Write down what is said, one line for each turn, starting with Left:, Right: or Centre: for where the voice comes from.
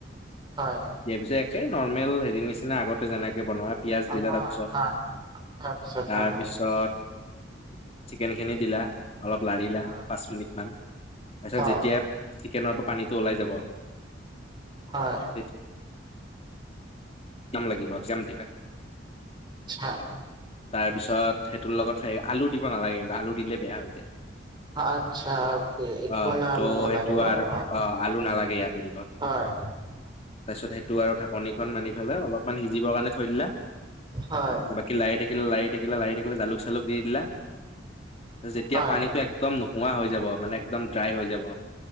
Right: হয়
Left: ইয়াৰ পিছে একে নৰ্মেল হেৰিৰ নিচিনা আগতে যেনে বনোৱা পিয়াজ দিলা
Right: হয়
Left: তাৰ পিছত
Right: হয় তাৰপিছত
Left: তাৰ
Right: হয়
Left: পিছত চিকেনখিনি দিলা। অলপ লাৰিলা
Right: হয়
Left: পাঁচ মিনিটমান, তাৰ পিছত
Right: অ
Left: যেতিয়া চিকেনৰ পানীটো ওলাই যাব
Right: হয়।
Left: তেতিয়া <unintelligible> লাগিব <unintelligible> দিবা।
Right: হয়।
Left: তাৰ পিছত সেইটোৰ লগত হেৰি আলু দিব নালাগে কিন্তু আলু দিলে বেয়া হৈ যায়।
Right: আচ্ছা
Left: <inaudible>
Right: অকে এইটোত
Left: অ
Right: মানে
Left: ত'
Right: আলু নালাগে
Left: সেইটো
Right: ন
Left: আৰু
Right: অ
Left: অঁ আলু নালাগে ইয়াতে দিব।
Right: হয়।
Left: তাৰ পিছত সেই টো আৰু ঢাকনিখন মাৰি পেলাই অলপমান সিজিব কাৰণে থৈ দিলা
Right: হয়
Left: বাকী লাৰি থাকি লাৰি থাকিলা লাৰি থাকিলা জালুক-চালুক দি দিলা যেতিয়া
Right: হয়
Left: পানীটো একদম নোহোৱা হৈ যাব মানে একদম ড্ৰাই হৈ যাব